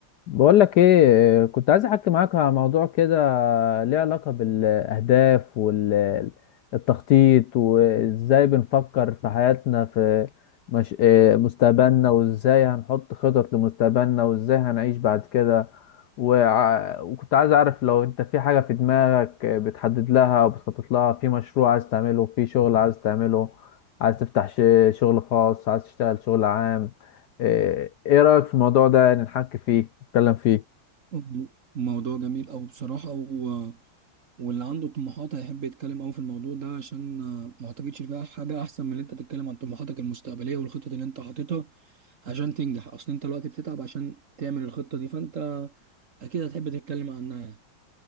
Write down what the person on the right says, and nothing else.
مم. موضوع جميل أوي بصراحة و... واللي عنده طموحات هيحب يتكلم أوي في الموضوع ده عشان آه، ما أعتقدش فيها حاجة أحسن من إن أنت تتكلم عن طموحاتك المستقبلية والخطط اللي أنت حاططها عشان تنجح أصل أنت دلوقتي بتتعب عشان تعمل الخطة دي فأنت أكيد هتحب تتكلم عنها يعني